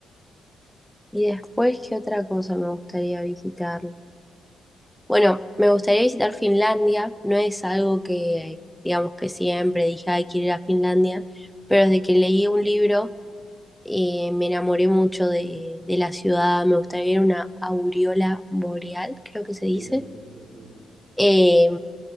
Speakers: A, in the centre; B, on the right.
A: Y después, ¿qué otra cosa me gustaría visitar? Bueno, me gustaría visitar Finlandia, no es algo que, digamos que siempre dije, ay, quiero ir a Finlandia, pero desde que leí un libro eh, me enamoré mucho de, de la ciudad, me gustaría ver una aureola boreal, creo que se dice
B: Sí, así se dice, muy bien.
A: eh,